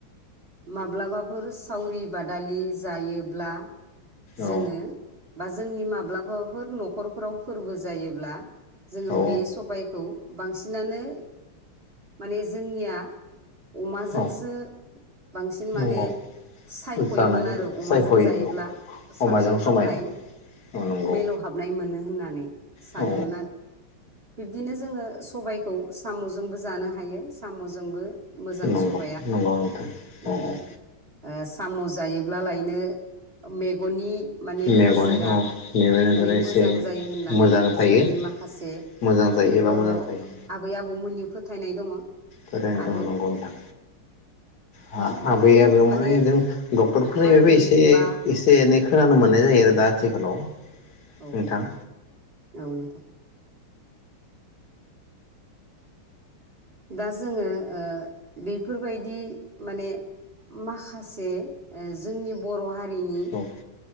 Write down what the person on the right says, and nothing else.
माब्लाबाफोर सावरि बादालि जायोब्ला
जोङो बा जोंनि माब्लाबाफोर न'खरफोराव फोरबो जायोब्ला। जोङो
बे सबाइखौ बांसिनानो माने जोंनिया अमाजोंसो
बांसिन माने
सायख'योमोन
आरो अमाजों
जायोब्ला
साबसिन
थावनाय
मिलौहाबनाय मोनो। होननानै सानोमोन
आरो। बिब्दिनो जोङो सबायखौ साम'जोंबो जानो हायो। साम'जोंबो मोजां
सबाया
उम
ओ साम' जायोब्ला लायनो मेगननि माने
नोजोरा
माने मोजां
जायो होननानै
जोंनि माखासे
बर'
आबै आबौमोननि फोथायनाय दङ
आरो
गुबुन
माने
हारि
बा
औ-
औ -औ नोंथां। दा जोङो ओ बेफोरबायदि माने माखासे जोंनि बर' हारिनि